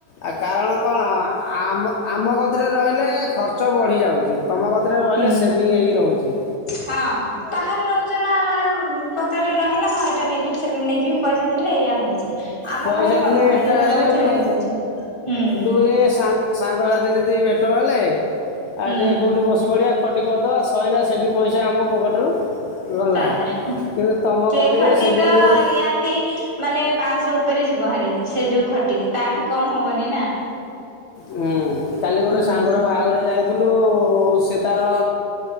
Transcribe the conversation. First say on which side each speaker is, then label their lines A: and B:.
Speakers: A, on the left; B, on the left.
A: ଆ କାରଣ କଣ ଆମ ଆମ କତିରେ ରହିଲେ ଖର୍ଚ୍ଚ ବଢ଼ିଯାଉଛି ତୁମ କତିରେ ରହିଲେ
B: ହୁଁ।
A: ସେଭିଙ୍ଗ ହେଇକି ରହୁଛି
B: ହଁ ବାହାରେ ରହୁଛ ନା ମାନେ ପକେ ପାଖରେ ରିହିଲା ହଁ ଏଇଟା ନେଇିଯିବି ସେଟା ନେଇଯିବି ପଇସା ଥିଲେ ଏଇଆ ହଉଛି ଆମ
A: ପଇସା
B: ପାଖରେ କଣ
A: ଥିଲେ
B: ଘରେ
A: ଏଟା
B: ଯୋଉଟା
A: ହେଇଯାଉଛି
B: ରହୁଛି ରହିଯାଉଛି ହୁଁ
A: ଦୁରେ ସାଙ୍ଗ ସାଙ୍ଗସାଥି ଯଦି ଭେଟ ହେଲେ
B: ହୁଁ
A: ଆଉ ଟିକେ କଉଠି ବସି ପଡ଼ିବା ଖଟି କରିଦେବା ସଇିଲା ସେଇଠି। ପଇସା ଆମ ପକେଟରୁ ଗଲା
B: ସଇଲା।
A: କିନ୍ତୁ ତମ
B: ସେ
A: ଗତିରେ
B: ଖଟି
A: ସେଭିଙ୍ଗ
B: ତ
A: ହେଉଛି।
B: ନିହାତି ମାନେ ପାଞ୍ଚଶହ ଉପରେ ଯିବ ହାରି ସେ ଯୋଉ ଖଟି ତାଠୁ କମ ହବନି ନା।
A: ହୁଁ କାଲି ଗୋଟେ
B: ହୁଁ
A: ସାଙ୍ଗର ବାହାଘର କୁ ଯାଇ କିନ୍ତୁ ସେ ତାର